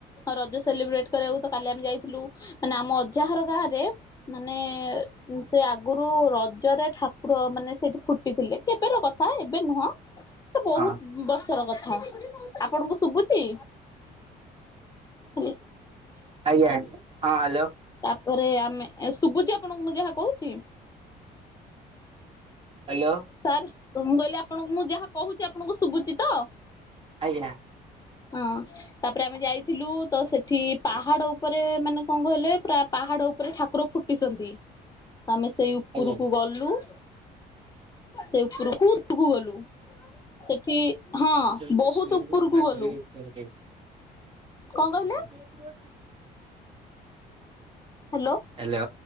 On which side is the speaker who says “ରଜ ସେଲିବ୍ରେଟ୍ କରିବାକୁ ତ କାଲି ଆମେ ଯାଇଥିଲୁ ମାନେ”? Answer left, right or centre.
Left